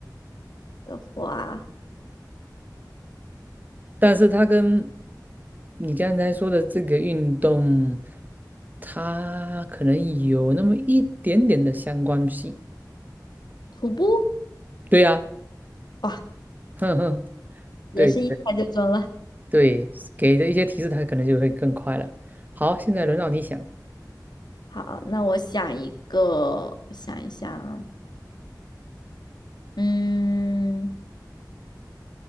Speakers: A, on the left; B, on the right.
A: 的话，
B: 但是它跟你刚才说的这个运动，它可能有那么一点点的相关性。
A: 徒步，
B: 对呀、
A: 哇，
B: <laughs> 哼哼。
A: 也是一猜就中了。
B: 对。对，给的一些提示，它可能就会更快了。好，现在轮到你想
A: 好，那我想一个，我想一想啊，嗯，